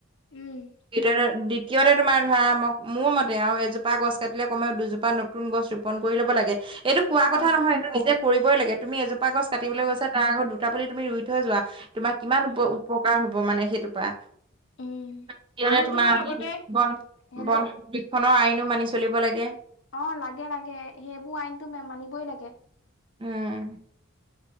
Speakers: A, on the left (about 60°); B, on the right (about 25°).
A: উম
B: দ্বিতীয়তে <unintelligible> দ্বিতীয়তে তোমাৰ ধৰা মোক মোৰ মতে আৰু এজোপা গছ কাটিলে কমেও দুজোপা নতুন গছ ৰোপণ কৰি ল'ব লাগে। <unintelligible> এইটো কোৱা
A: হয়
B: কথা নহয়
A: হয়।
B: এইটো নিজে কৰিবই লাগে তুমি এজোপা গছ কাটিবলৈ
A: উম
B: গৈছা তাৰ আগত দুটা পুলি তুমি ৰুই থৈ যোৱা। <unintelligible> তোমাৰ কিমান উপ-উপকাৰ
A: অ
B: হব মানে সেইটোৰ পৰা <inaudible>
A: উম
B: তৃতীয়তে
A: আৰু
B: তোমাৰ
A: লগতে
B: বন-বন
A: হেল্ল'
B: সংৰক্ষণৰ আইনো মানি চলিব লাগে।
A: অঁ লাগে-লাগে সেইবোৰ আইনটো মানিবই লাগে। <unintelligible>
B: উম।